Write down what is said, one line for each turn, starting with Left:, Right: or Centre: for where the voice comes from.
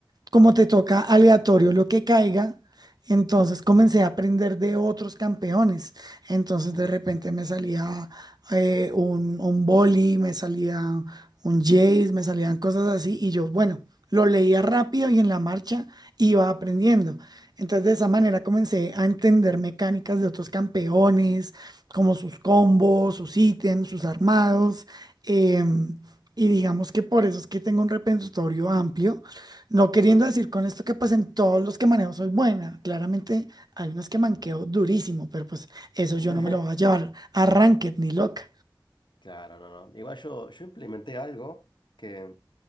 Right: como te toca aleatorio lo que caiga, entonces comencé a aprender de otros campeones. Entonces
Left: mm,
Right: de repente me salía eh, un, un boli, me salía un Jace, me salían cosas así y yo, bueno, lo leía rápido y en la marcha iba aprendiendo. Entonces de esa
Left: ujú,
Right: manera comencé a entender mecánicas de otros campeones, como sus combos, sus ítems, sus armados. em, y digamos que por eso es que tengo un repertorio amplio no queriendo decir con esto que pues en todos los que manejo soy buena. Claramente hay unos que
Left: ujú.
Right: manqueo durísimo, pero pues eso
Left: <laughs>
Right: yo no me lo voy a llevar a Ranked ni loca.
Left: Claro, no, no. Igual yo, yo implementé algo que